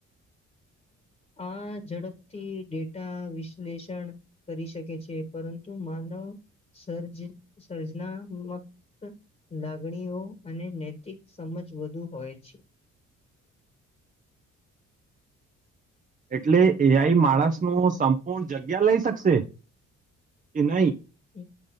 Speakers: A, on the left; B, on the right.
A: આ ઝડપથી ડેટા વિશ્લેષણ કરી શકે છે પરંતુ માનવ સર્જ સર્જનામક લાગણીઓ અને નૈતિક સમજ વધુ હોય છે.
B: એટલે એઆઈ માણસ નું સંપૂર્ણ જગ્યા લઈ શકશે કે નહી.
A: હ